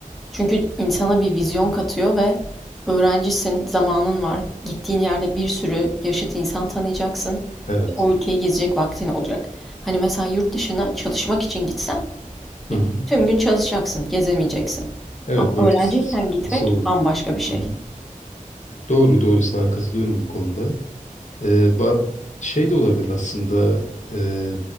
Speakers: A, in the centre; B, on the left.
A: Çünkü insana bir vizyon katıyor ve öğrencisin, zamanın var. Gittiğin yerde bir sürü yaşıt insan tanıyacaksın.
B: Evet.
A: O ülkeyi gezecek vaktin olacak. Hani mesela yurt dışına çalışmak için gitsen
B: Hı
A: e,
B: hı.
A: tüm gün çalışacaksın, gezemeyeceksin.
B: Evet
A: Ama
B: vakit
A: öğrenciyken
B: sıkıntısı
A: gitmek
B: olur.
A: bambaşka bir şey.
B: Hı hı. Doğru doğru sana katılıyorum bu konuda. Ee, ba- şey de olabilir aslında. e,